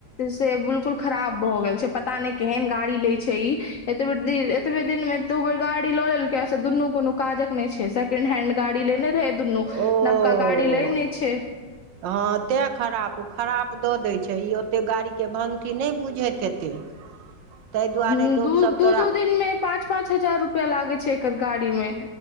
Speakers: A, on the left; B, on the right.
A: से बिलकुल खराब भऽ गेल छै, पता नहि केहन गाड़ी लय छै ई एतबे दि -एतबे दिन मे दू बेर गाड़ी ल लेलकै, से दुनू कोनो काजक नहि छै, सकेंड हेंड गाड़ी लेने रहै दुनू,
B: ओ
A: नवका गाड़ी लय नहि छै।
B: हँ तैं खराप‌ उ ओ खराप दऽ दै छै, ई ओतेक गाड़ीके भंगठी नहि बुझैत हेतै। ताहि दुआरे
A: हं
B: लोकसभ
A: दू दू
B: तोरा
A: दू दिन मे पाँच पाँच हजार रुपया लागै छै एकर गाड़ी मे।